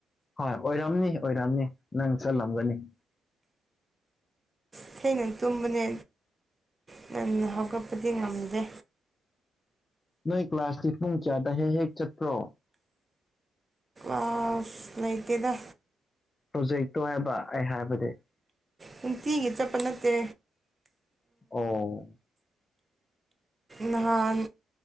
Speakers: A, on the left; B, on the right.
A: ꯍꯣꯏ ꯑꯣꯏꯔꯝꯅꯤ ꯑꯣꯏꯔꯝꯅꯤ ꯅꯪ ꯆꯠꯂꯝꯒꯅꯤ
B: ꯏꯊꯩꯅ ꯇꯨꯝꯕꯅꯦ ꯉꯟꯅ ꯍꯥꯞꯀꯠꯄꯗꯤ ꯉꯝꯗꯦ
A: ꯅꯣꯏ ꯀ꯭ꯂꯥꯁꯇꯤ ꯄꯨꯡ ꯀꯌꯥꯗ ꯍꯦꯛ ꯍꯦꯛ ꯆꯠꯄ꯭ꯔꯣ
B: ꯑꯁ ꯂꯩꯇꯦꯗ
A: ꯄ꯭ꯔꯣꯖꯦꯛꯇꯣ ꯍꯥꯏꯕ ꯑꯩ ꯍꯥꯏꯕꯗꯤ
B: ꯅꯨꯡꯇꯤꯒꯤ ꯆꯠꯄ ꯅꯠꯇꯦ
A: ꯑꯣ
B: ꯅꯍꯥꯟ